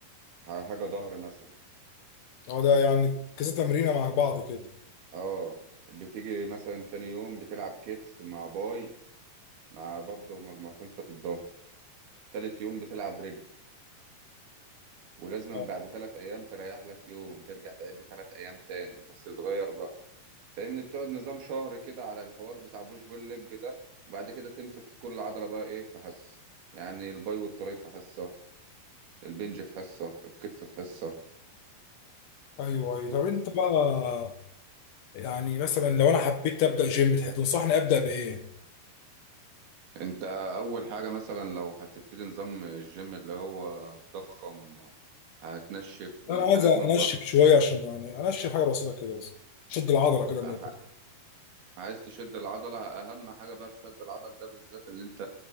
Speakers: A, on the right; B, on the left.
A: حاجة ظهر مثلا
B: اه ده يعني كذا تمرينة مع بعض كده
A: اه بتيجي مثلا تاني يوم بتلعب كتف مع باي مع برضه مجموعتين في الظهر تالت يوم بتلعب رجل ولازم
B: اه
A: بعد تلات أيام تريح لك يوم ترجع تعد تلات أيام تاني بس تتغير بقى فاهمني بتقعد نظام شهر كده على الحوار بتاع بوش بول ليج ده وبعد كده تمسك كل عضلة بقى ايه في حصة يعني الباي والتراي في حصة البنج في حصة الكتف في حصة
B: ايوه ايوه طب انت بقى يعني مثلا لو انا حبيت ابدا جيم تح- تنصحني ابدا بايه؟
A: انت اول حاجة مثلا لو هتبتدي نظام الجيم اللي هو هتضخم هتنشف
B: انا
A: انت
B: عايز
A: لازم
B: انشف
A: برضه
B: شويه عشان يعني انشف حاجه بسيطه كده بس شد العضله كده من
A: ح-
B: الآخر.
A: عايز تشد العضلة اهم حاجة بقى في شد العضل ده بالذات اللي انت